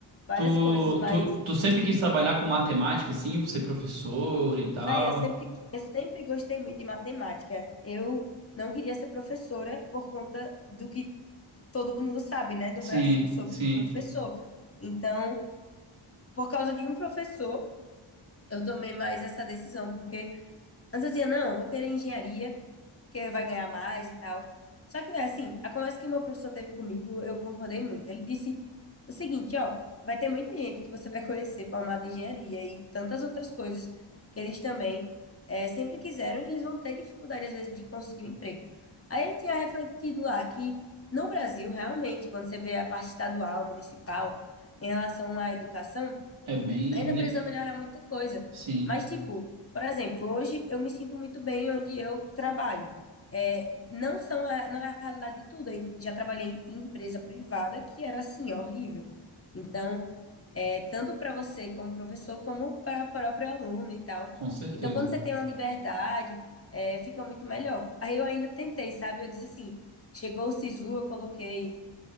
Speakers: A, on the left; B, on the right.
A: várias
B: Tu,
A: coisas mais
B: tu, tu sempre
A: difíceis.
B: quis trabalhar com matemática, assim, pra ser professor e tal.
A: Véi, eu sempre, eu sempre gostei muito de matemática. Eu não queria ser professora por conta do que todo mundo sabe, né, do
B: Sim,
A: Brasil sobre
B: sim.
A: professor. Então, por causa de um professor, eu tomei mais essa decisão, porque Antes eu dizia, não, eu vou querer engenharia, que vai ganhar mais e tal. Só que, velho, assim, a conversa que o meu professor teve comigo, eu concordei muito. Ele disse o seguinte, ó, vai ter muita gente que você vai conhecer formada em engenharia e tantas outras coisas que eles também eh, sempre quiseram e eles vão ter dificuldade, às vezes, de conseguir um emprego. Aí ele tinha refletido lá que no Brasil, realmente, quando você vê a parte estadual, municipal, em relação à educação,
B: É bem.
A: Ainda
B: li-
A: precisa melhorar muita coisa.
B: Sim,
A: Mas, tipo, por exemplo, hoje eu me sinto muito bem onde eu trabalho. É, não são a, não é a realidade de tudo. Eu já trabalhei em empresa privada que era assim, horrível. Então, é, tanto para você como professor, como para o próprio aluno e tal.
B: com certeza.
A: Então, quando você tem uma liberdade, é, fica muito melhor. Aí eu ainda tentei, sabe? Eu disse assim, chegou o SISU, eu coloquei